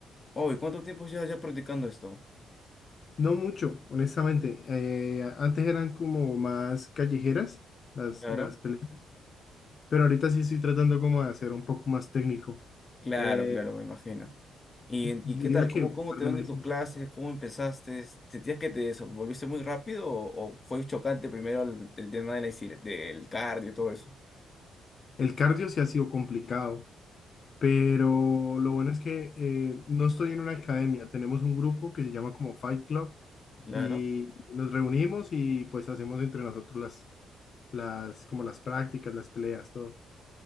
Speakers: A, on the left; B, on the left.
A: Oh, ¿y cuánto tiempo llevas ya practicando esto?
B: No mucho, honestamente. Eh, antes eran como más callejeras las,
A: Claro,
B: las peleas, pero ahorita sí estoy tratando como de hacer un poco más técnico.
A: claro,
B: Eh,
A: claro, me imagino. ¿Y, en-
B: diría
A: y qué tal?
B: que
A: ¿Cómo,
B: un
A: cómo
B: par
A: te van
B: de meses.
A: en tus clases? ¿Cómo empezaste? ¿Sentías que te desenvolviste muy rápido o, o fue chocante primero el, el tema de la, insi- del cardio y todo eso?
B: El cardio sí ha sido complicado, pero lo bueno es que eh, no estoy en una academia. Tenemos un grupo que se llama como Fight Club
A: Claro.
B: y nos reunimos y pues hacemos entre nosotros las, las, como las prácticas, las peleas, todo.